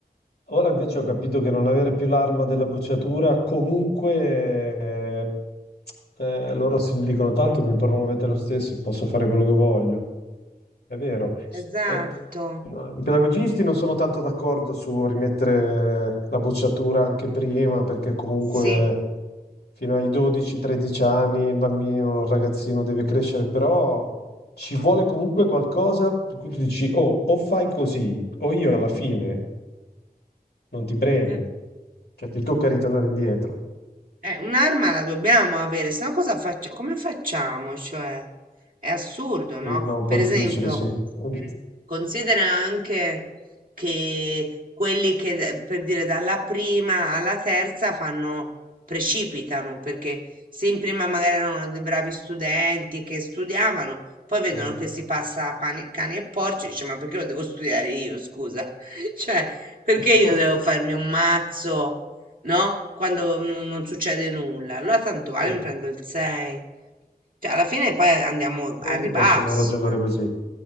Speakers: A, on the left (about 80°); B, on the right (about 60°).
A: Ora invece ho capito che non avere più l'arma della bocciatura, comunque, eh, eh, loro si dicono tanto mi promuovete lo stesso e posso fare quello che voglio. È vero.
B: Esatto,
A: Eh, no, I pedagogisti non sono tanto d'accordo su rimettere la bocciatura anche prima, perché comunque
B: sì.
A: fino ai 12-13 anni il bambino, il ragazzino deve crescere, però ci vuole comunque qualcosa per cui tu dici, oh, o fai così, o io alla fine non ti premio,
B: Eh,
A: cioè ti tocca ritornare indietro.
B: eh, un'arma la dobbiamo avere, se no cosa facciamo? Come facciamo? Cioè, è assurdo,
A: Sì,
B: no?
A: no, un
B: Per
A: po' difficile,
B: esempio,
A: sì. Mm.
B: Considera anche che quelli che, d- per dire, dalla prima alla terza fanno, precipitano, perché se in prima magari erano dei bravi studenti che studiavano, poi vedono
A: Mm.
B: che si passa a pani- cani e porci, dice, ma perché lo devo studiare io, scusa? <laughs> Cioè, perché
A: <laughs>
B: io devo farmi un mazzo, no? Quando non non succede nulla. Allora tanto
A: Sì,
B: vale, mi prendo il 6. Cioè, alla fine poi andiamo al
A: molti
B: ribasso.
A: possono ragionare
B: eh.
A: così.